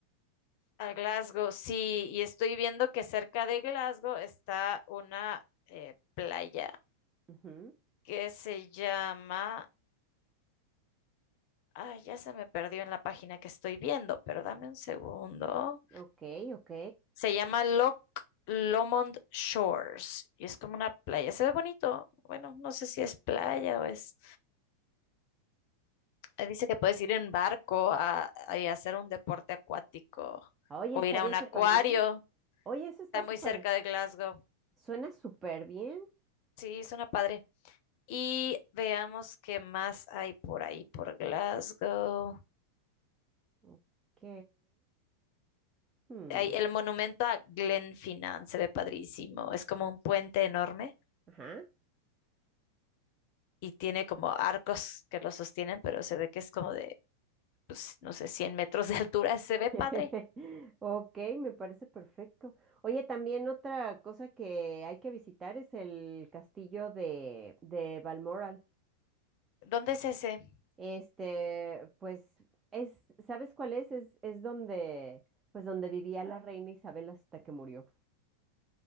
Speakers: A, on the left; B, on the right.
A: A Glasgow, sí, y estoy viendo que cerca de Glasgow está una eh, playa
B: Ujú,
A: que se llama... Ay, ya se me perdió en la página que estoy viendo, pero dame un segundo.
B: Ok, ok.
A: Se llama Loch Lomond Shores y es como una playa. Se ve bonito. Bueno, no sé si es playa o es. eh, Dice que puedes ir en barco a, a- y hacer un deporte acuático
B: Oye,
A: o
B: estaría
A: ir a un
B: súper
A: acuario.
B: bien. Oye, eso está
A: Está muy
B: súper,
A: cerca de Glasgow.
B: suena súper bien.
A: Sí, suena padre. Y veamos qué más hay por ahí, por Glasgow.
B: Ok. hmm,
A: Hay el monumento a Glenfinnan, se ve padrísimo. Es como un puente enorme
B: Ajá.
A: y tiene como arcos que lo sostienen, pero se ve que es como de pues, no sé, 100 metros de altura. Se
B: <laughs>
A: ve padre.
B: Ok, me parece perfecto. Oye, también otra cosa que hay que visitar es el castillo de, de Balmoral.
A: ¿Dónde es ese?
B: Este, pues, es, ¿sabes cuál es? Es, es donde, pues, donde vivía la reina Isabel hasta que murió.